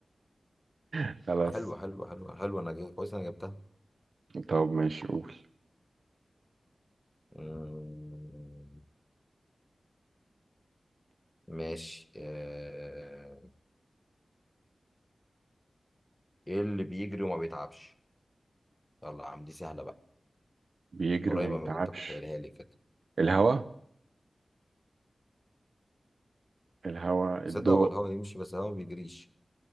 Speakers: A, on the right; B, on the left.
A: خلاص
B: حلوه حلوه حلوه حلوه انا جاي كويس انا جبتها
A: طب ماشي قول
B: مم، ماشي آه، ايه اللي بيجري وما بيتعبش يلا يا عم دي سهله بقى
A: بيجري
B: قريبه
A: وما بيتعبش
B: من اللي انت كنت قايلها لي كده
A: الهواء الهواء
B: تصدق
A: الضوء
B: هو الهوا يمشي بس الهوا ما بيجريش